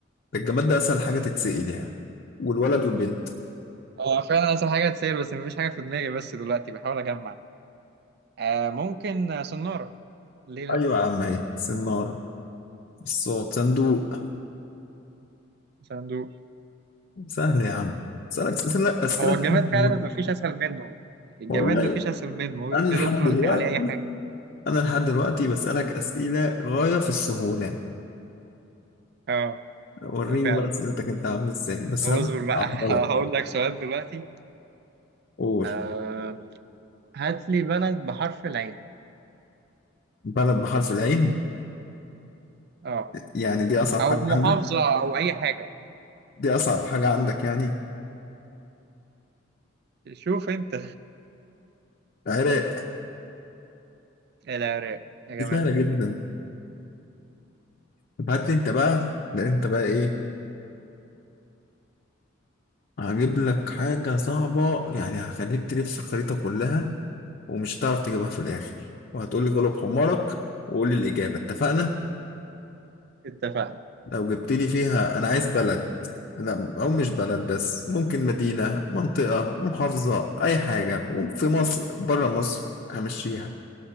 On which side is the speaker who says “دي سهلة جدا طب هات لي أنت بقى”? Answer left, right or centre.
Left